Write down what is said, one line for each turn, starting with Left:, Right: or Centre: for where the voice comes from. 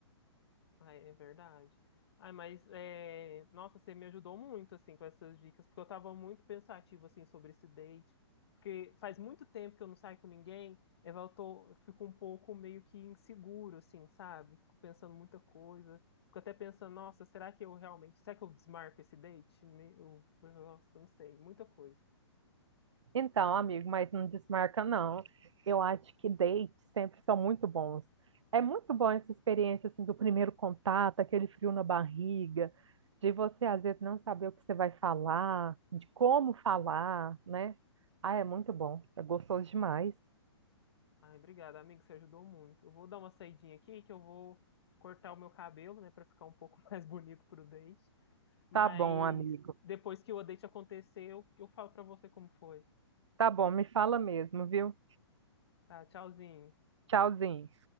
Left: Ah, é verdade. Ai, mas é, nossa, você me ajudou muito assim com essas dicas, porque eu estava muito pensativo assim sobre esse date, porque faz muito tempo que eu não saio com ninguém, eu vou- tô fico um pouco meio que inseguro assim, sabe? Fico pensando muita coisa, fico até pensando, nossa, será que eu realmente, será que eu desmarco esse date? Me- eu- nossa, não sei, muita coisa.
Right: Então, amigo, mas não desmarca, não. Eu acho que dates sempre são muito bons. É muito bom essa experiência assim, do primeiro contato, aquele frio na barriga, de você às vezes não saber o que você vai falar, de como falar, né? Ah, é muito bom. É gostoso demais.
Left: Ai, obrigado, amigo, você ajudou muito. Eu vou dar uma saidinha aqui que eu vou cortar o meu cabelo, né, para ficar um pouco <laughs> mais bonito pro date. Mas
Right: Tá bom, amigo.
Left: depois que o date acontecer, eu, eu falo pra você como foi.
Right: Tá bom, me fala mesmo, viu?
Left: Tá, tchauzinho.
Right: Tchauzinho.